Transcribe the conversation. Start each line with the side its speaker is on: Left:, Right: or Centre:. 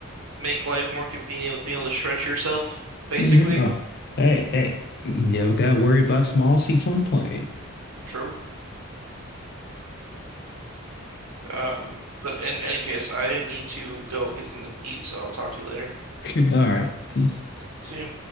Right: make life more convenient with being able to stretch yourself,
Left: <laughs>
Right: basically.
Left: Oh, hey, hey, you never got worried about small seats on the plane.
Right: True. Um, but in any case, I need to go get something to eat, so I'll talk to you later.
Left: <laughs> All right, peace.
Right: S- See you.